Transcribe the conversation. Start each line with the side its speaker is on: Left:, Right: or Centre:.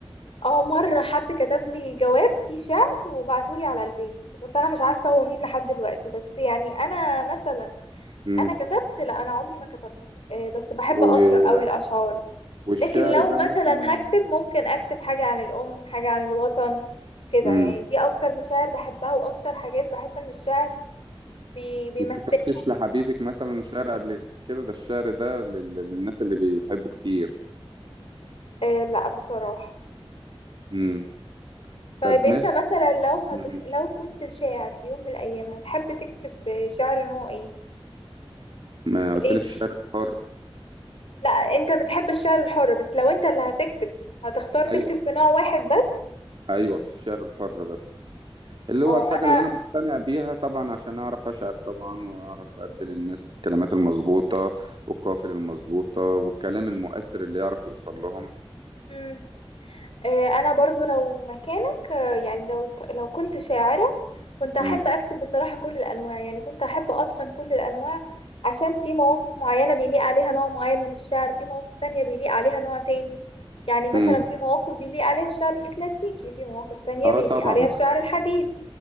Left: اه مرة حد كتب لي جواب فيه شعر وبعته لي على البيت بس انا مش عارفة هو مين لحد دلوقتي بس يعني انا مثلا
Right: امم
Left: انا كتبت لا انا عمري ما كتبت آه، بس بحب
Right: و...
Left: اقرأ قوي الاشعار
Right: والشعر
Left: لكن لو
Right: ده
Left: مثلا
Right: مثلا
Left: هكتب ممكن اكتب حاجة عن الام حاجة عن الوطن كده
Right: امم
Left: يعني دي اكتر مشاعر بحبها واكتر حاجات بحس ان الشعر بي- بيمثلني
Right: كتبتش لحبيبك مثلا شعر قبل كده ده الشعر ده لل... للناس اللي بيحبوا كتير
Left: آه لا بصراحة
Right: امم
Left: طيب
Right: طب
Left: انت
Right: ما
Left: مثلا لو هتخ...
Right: مم.
Left: لو كنت شاعر في يوم من الايام هتحب تكتب شعر نوع ايه
Right: ما
Left: وليه
Right: قلت لك الشعر الحر
Left: لا انت بتحب الشعر الحر بس لو انت اللي هتكتب هتختار تكتب
Right: ايوه
Left: في نوع واحد بس
Right: ايوه الشعر الحر بس اللي هو
Left: اه
Right: الحاجة
Left: انا
Right: اللي أنا مقتنع بيها طبعا عشان أعرف أشعر طبعا وأعرف أدي للناس الكلمات المظبوطة والقافية المظبوطة والكلام المؤثر اللي يعرف يوصل لهم
Left: مم. آه، انا برضو لو مكانك آه، يعني لو ت- لو كنت شاعرة كنت احب
Right: مم.
Left: اكتب بصراحة كل الانواع يعني كنت احب اتقن كل الانواع عشان في مواقف معينة بيليق عليها نوع معين من الشعر في مواقف تانية بيليق عليها نوع تاني يعني مثلا
Right: مم.
Left: في مواقف بيليق عليها الشعر الكلاسيكي في مواقف تانية
Right: اه
Left: بيليق
Right: طبعا
Left: عليها الشعر الحديث